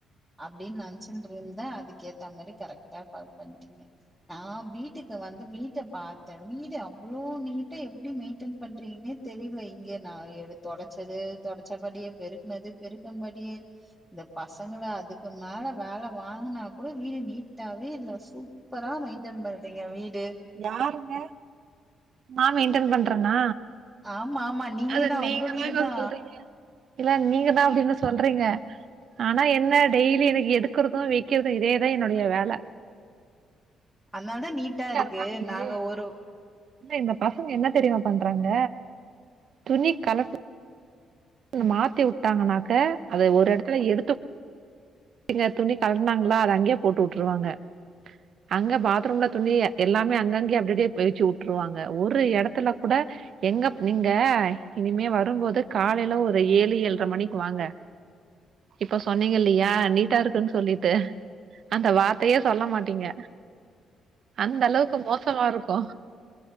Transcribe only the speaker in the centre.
அப்டின் நென்ச்சுன்றுந்தே அதுக்கு ஏத்த மாரி கரெக்டா கால் பண்றீங்க நா வீட்டுக்கு வந்து வீட்ட பாத்தே வீடு அவ்ளோ நீட்டா எப்டி மெயின்டெய்ன் பண்றீங்ன்னே தெரில இங்க நா எ தொடச்சது தொடச்சபடியே பெருக்னது பெருக்கும்படியே இந்த பசங்க லா அதுக்கு மேல வேல வாங்குனா கூட வீடு நீட்டாவே இல்ல சூப்பரா மெயின்டன் பண்றீங்க வீட்
ஆமா ஆமா நீங்க
தா
உங்க வீடு தா
அன்னால தா நீட்டா இருக்கு
நாங்க ஒரு